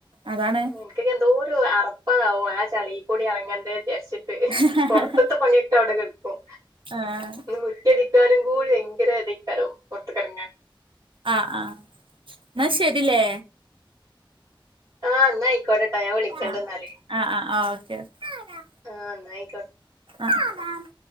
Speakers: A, on the right; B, on the right.
A: അതാണ്
B: എനിക്കൊക്കെ എന്തോ ഒരു അറപ്പതാവും ആഹ് ചളീൽ കൂടി ഇറങ്ങേണ്ടേജാര്ച്ചി
A: ഹ് ഹ ഹ.
B: ന്നത്തെ പണിക്കെവിടെ കട്ക്കും.
A: ആഹ്.
B: മുറ്റടിക്കാനും കൂടി ഭയങ്കര അതേക്കാരം പെറ്ത്ത്കെറങ്ങാൻ.
A: ആഹ് ആഹ് ന്നാ ശരില്ലേ.
B: ആഹ് ന്നാ ആയിക്കോട്ടെട്ടോ ഞാൻ വിളിക്കേണ്ട്ന്നാല്.
A: ആഹ് ആഹ് ആഹ ആഹ ഓക്കെ ഓക്കെ.
B: ആഹ് ന്നയിക്കോട്ട
A: ആഹ് ആരാ?